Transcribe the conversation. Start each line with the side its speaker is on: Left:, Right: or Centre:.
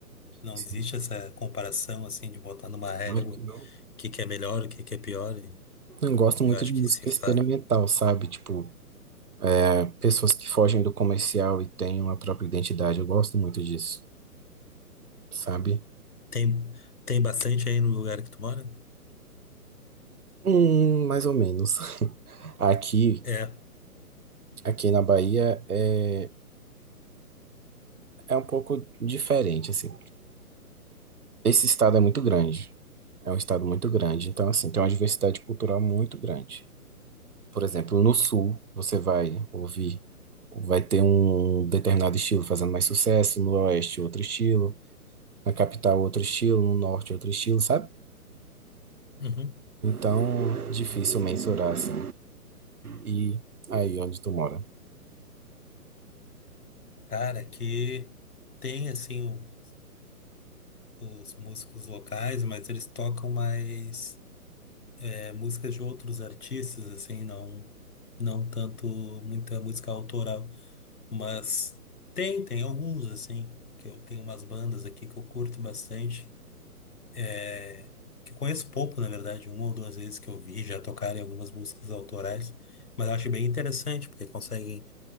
Left: Não
Right: sim,
Left: existe essa comparação, assim, de botar numa régua
Right: claro que não.
Left: o que que é melhor, o que que é pior.
Right: Eu gosto muito
Left: Eu acho
Right: de música
Left: que se fa...
Right: experimental, sabe? Tipo É, pessoas que fogem do comercial e têm uma própria identidade. Eu gosto muito disso, sabe?
Left: tem, tem bastante aí no lugar que tu mora?
Right: Hum, mais ou menos. <laughs> Aqui,
Left: É.
Right: aqui na Bahia é, é um pouco diferente, assim. Esse estado é muito grande. É um estado muito grande, então assim, tem uma diversidade cultural muito grande. Por exemplo, no sul você vai ouvir, vai ter um determinado estilo fazendo mais sucesso, no oeste outro estilo, na capital outro estilo, no norte outro estilo, sabe?
Left: Uhum.
Right: Então, difícil mensurar, assim. E aí, onde tu mora?
Left: Cara, que tem assim o- os músicos locais, mas eles tocam mais é, músicas de outros artistas, assim, não, não tanto muita música autoral. Mas tem, tem alguns, assim, que eu tenho umas bandas aqui que eu curto bastante. é, que eu conheço pouco, na verdade, uma ou duas vezes que eu vi já tocarem algumas músicas autorais, mas eu acho bem interessante, porque conseguem